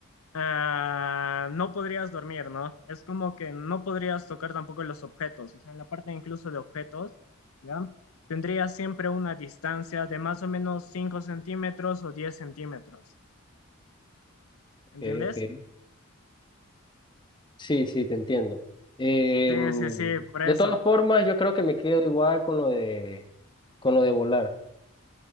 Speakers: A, on the left (about 80°); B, on the left (about 20°).
A: ah, no podrías dormir, ¿no? Es como que no podrías tocar tampoco los objetos. O sea, en la parte incluso de objetos, ¿ya? Tendrías siempre una distancia de más o menos 5 centímetros o 10 centímetros.
B: Ok,
A: ¿entiendes?
B: ok. Sí, sí, te entiendo. Em,
A: Sí, sí, sí, por
B: de
A: eso.
B: todas formas, yo creo que me quedo igual con lo de, con lo de volar.